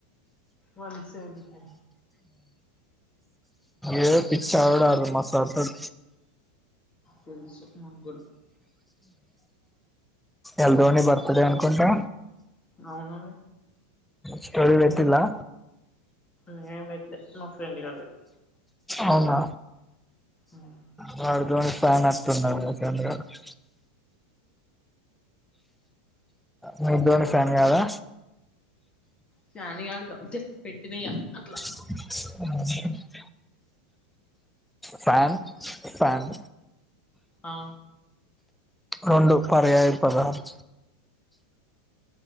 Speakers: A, on the left (about 20°); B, in the centre.
A: వన్ సెవెంటీ ఫైవ్
B: ఏ పిచ్చ ఎడ మసాడు <unintelligible>
A: తెలుసు మంగూలో
B: ఎల్లుండి నీ బర్తడే అనుకుంటా.
A: అవును
B: స్టోరీ పెట్టిలా
A: నేనం పెట్టలే మా ఫ్రెండు గాడు పెట్టిండు
B: అవునా
A: ఆవు
B: వాడులోని ఫ్యాన్ అట్న్నారు ముచంద్ర <unintelligible> మీరు ధోని ఫ్యాన్ కాదా
A: ఫ్యాన్ కనుక పెట్టినా ఇగ అట్లా
B: అ ఫ్యాన్ ఫ్యాన్
A: ఆ
B: రెండు పర్యాయ పదాలు